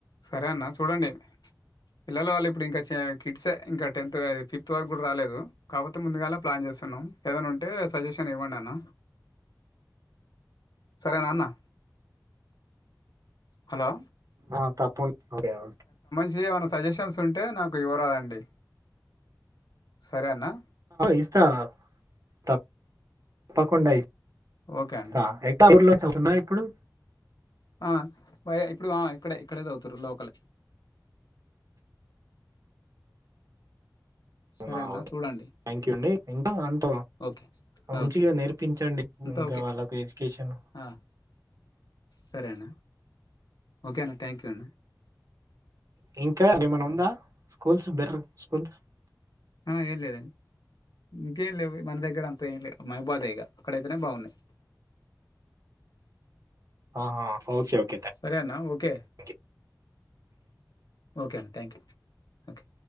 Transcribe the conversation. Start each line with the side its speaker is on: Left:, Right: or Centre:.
Left: సరే అన్నా చూడండి. పిల్లలు వాళ్ళు ఇప్పుడు ఇంకా చేర్ కిడ్సే ఇంకా టెన్త్ దాది ఫిఫ్త్ వరకు కూడా రాలేదు. కావోతే ముందుగాలా ప్లాన్ చేస్తున్నాం ఏదైన్న ఉంటే సజెషన్ ఇవ్వండి. అన్న సరేనా అన్నా హలో
Right: ఆ తప్పున్ ఓకే ఒ
Left: జీ ఏవన్నా సజెషన్స్ స్తుంటే, నాకు ఇవ్వరాదండి. సరే అన్నా
Right: ఇస్తా తప్ తప్పకుండ ఇస్
Left: ఓకే అన్న
Right: <inaudible> ఇప్పుడు
Left: ఆ భై ఇప్పుడు ఆ ఇక్కడే ఇక్కడేది తవ్వుతున్రు లోకలే
Right: అవునా
Left: సరే అన్న
Right: ఓకే
Left: చూడండి
Right: థ్యాంక్ యూ అండి ఇంకా అంత
Left: ఓకే
Right: మంచిగా
Left: ఓకే
Right: నేర్పించండి
Left: అంతా
Right: ఇంకా
Left: ఓకే
Right: వాళ్ళకి ఎడ్యుకేషన్
Left: ఆ సరే అన్న ఓకే అన్న థ్యాంక్ యూ అన్న
Right: ఇంకా ఏమన్నా ఉందా స్కూల్స్ బెర్ స్కూల్
Left: ఆ ఏం లేదండి ఇంకేం లేవు మన దగ్గర అంతా ఏం లే మహ్బాధే ఇగ అక్కడైతేనే బాగున్నాయి
Right: ఆహా ఓకే ఓకే థ్యాంక్యూ
Left: సరే అన్న ఓకే ఓకే అండి థ్యాంక్ యూ ఓకే